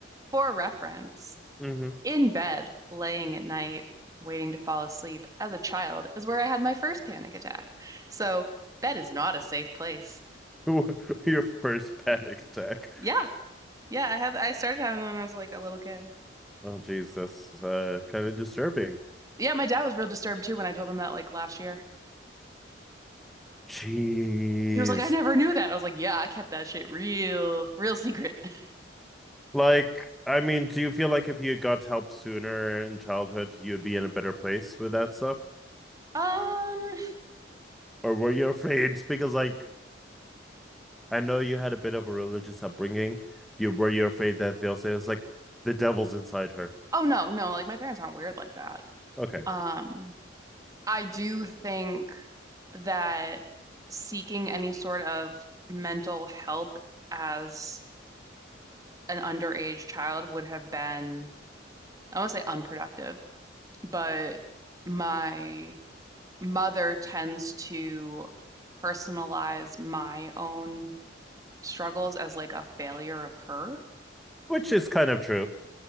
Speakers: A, on the right (about 20°); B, in the centre.
A: for reference,
B: Mm-hmm.
A: in bed, laying at night, waiting to fall asleep as a child is where I had my first panic attack. So bed is not a safe place.
B: <laughs> Your first panic attack.
A: Yeah. Yeah, I have. I started having them when I was like a little kid.
B: Oh jeez, that's uh, kind of disturbing.
A: Yeah, my dad was real disturbed too when I told him that like last year.
B: Jeez.
A: He was like, I never knew that. I was like, yeah, I kept that shit real, real secret. <laughs>
B: Like, I mean, do you feel like if you got help sooner in childhood, you'd be in a better place with that stuff?
A: Um,
B: Or were you afraid? <laughs> Because like I know you had a bit of a religious upbringing. You were you afraid that they'll say it's like the devil's inside her.
A: oh no, no, like my parents aren't weird like that.
B: Okay.
A: Um, I do think that seeking any sort of mental help as an underage child would have been, I won't say unproductive, but my mother tends to personalize my own struggles as like a failure of her.
B: Which is kind of true.